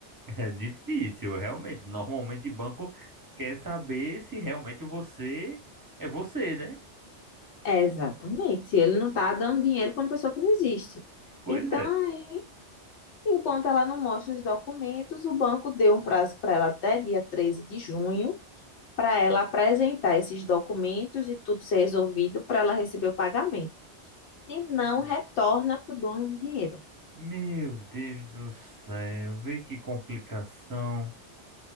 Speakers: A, on the right; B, on the left.
A: É difícil, realmente. Normalmente banco quer saber se realmente você é você, né?
B: É, exatamente. Se Ele não está dando dinheiro para uma pessoa que não existe.
A: Pois
B: Então, aí, enquanto ela não mostra os documentos, o banco deu um prazo para ela até dia 13 de junho para ela apresentar esses documentos e tudo ser resolvido para ela receber o pagamento. Se não,
A: é.
B: retorna para o dono do dinheiro.
A: Meu Deus do céu, vê que complicação.